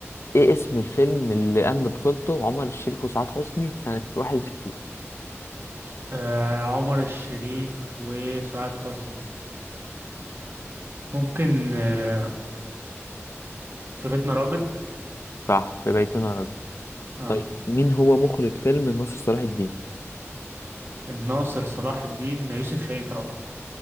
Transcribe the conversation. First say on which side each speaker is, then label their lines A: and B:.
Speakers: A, on the left (about 60°); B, on the right (about 50°).
A: ايه اسم الفيلم اللي قام ببطولته عمر الشريف وسعاد حسني سنة 61
B: آه عمر الشريف وسعاد حسني ممكن آه في بيتنا راجل
A: صح في بيتنا رجل
B: اه
A: طيب مين هو مخرج فيلم ناصر صلاح الدين
B: الناصر صلاح الدين يوسف شاهين طبعا